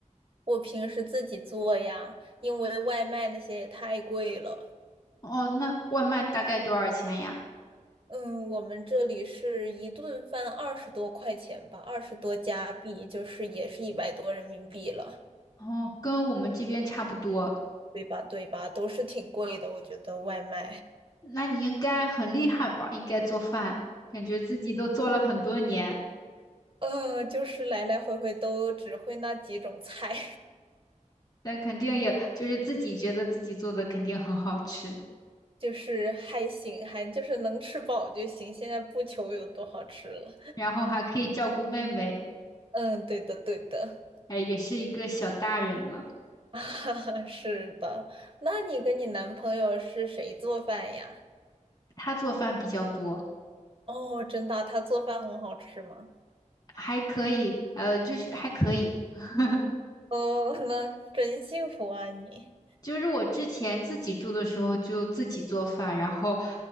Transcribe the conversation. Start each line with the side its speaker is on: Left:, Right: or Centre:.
Right: 我平时自己做呀，因为外卖那些也太贵了。
Left: 哦，那外卖大概多少钱呀？
Right: 嗯，我们这里是一顿饭二十多块钱吧，二十多加币，就是也是一百多人民币了，
Left: 哦，跟我们这边差不多。
Right: 对吧？对吧？都是挺贵的，我觉得外卖，
Left: 那你应该很厉害吧？应该做饭，感觉自己都做了很多年。
Right: 嗯，就是来来回回都只会那几种菜，
Left: 但肯定也就是自己觉得自己做的肯定很好吃，
Right: <laughs> 就是还行，还就是能吃饱就行，现在不求有多好吃了。
Left: 然后还可以照顾妹妹，
Right: 嗯，对的，对的，
Left: 哎，也是一个小大人了。
Right: <laughs> 啊，是的。那你跟你男朋友是谁做饭呀？
Left: 她做饭比较多，
Right: 哦，真的啊他做饭很好吃吗？
Left: 还可以，呃，就是还可以。<laughs>
Right: 哦，那真幸福啊你。
Left: 就是我之前自己住的时候就自己做饭，然后